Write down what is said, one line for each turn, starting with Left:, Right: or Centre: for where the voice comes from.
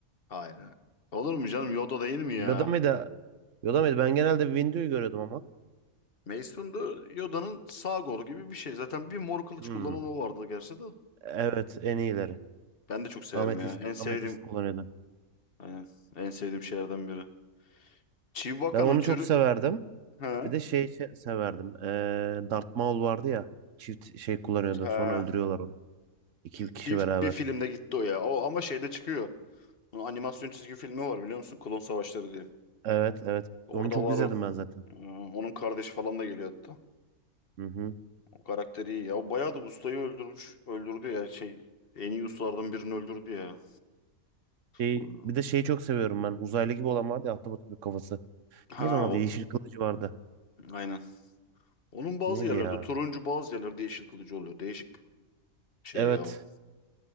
Left: Hayır. hayır. Olur mu canım Yoda değil mi ya?
Right: Yoda mıydı? Yoda mıydı? Ben genelde Windu'yu görüyordum ama.
Left: Mace Windu Yoda'nın sağ kolu gibi bir şey. Zaten bir mor kılıç
Right: Hmm.
Left: kullanan o vardı gerçi de.
Right: Evet en iyileri.
Left: Ben de çok severim
Right: Ametist,
Left: ya. En sevdiğim
Right: ametist kullanıyordu.
Left: aynen, en sevdiğim şeylerden biri. Chewbacca'nın
Right: Ben onu
Left: türü
Right: çok severdim.
Left: ha,
Right: Bir de şey se- severdim. Ee, Darth Maul vardı ya. Çift şey kullanıyordu.
Left: ha.
Right: Sonra öldürüyorlar onu. İki kişi
Left: Bir,
Right: beraber.
Left: bir filmde gitti o ya. O ama şeyde çıkıyor. Bunun animasyon çizgi filmi var biliyor musun? Klon Savaşları diye.
Right: Evet evet.
Left: Orada
Right: Onu çok
Left: var
Right: izledim
Left: o.
Right: ben zaten.
Left: Ee, onun kardeşi falan da geliyor hatta.
Right: Hı hı.
Left: O karakteri iyi ya. O bayağı da ustayı öldürmüş. Öldürdü ya şey. En iyi ustalardan birini öldürdü ya.
Right: Şey,
Left: O-
Right: bir de şeyi çok seviyorum ben. Uzaylı gibi olan vardı ya ahtapot gibi kafası.
Left: Ha
Right: Neydi onun adı?
Left: o.
Right: Yeşil kılıcı vardı.
Left: Aynen. Onun bazı
Right: Neydi
Left: yerlerde
Right: ya?
Left: turuncu bazı yerlerde yeşil kılıcı oluyor. Değişik şey
Right: Evet.
Left: ya o.